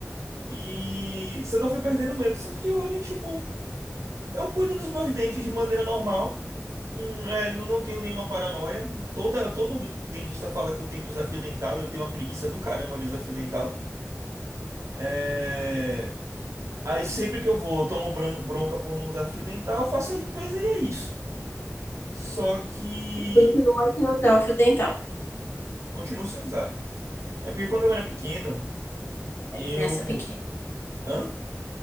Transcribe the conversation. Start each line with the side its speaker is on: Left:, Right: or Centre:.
Right: E só que eu fui perdendo medo. Só que hoje, tipo, eu cuido dos meus dentes de maneira normal. Hum, é, não, não tenho nenhuma paranoia. Toda, todo dentista fala que eu tenho que usar fio dental e eu tenho uma preguiça do caramba de usar fio dental. É, Aí sempre que eu vou, eu tomo bran- bronca por não usar fio dental, eu faço a limpeza e é isso. Só que
Left: Continua sem usar o fio dental.
Right: continuo sem usar. É porque quando eu era pequeno. Eu,
Left: É criança pequena.
Right: hã?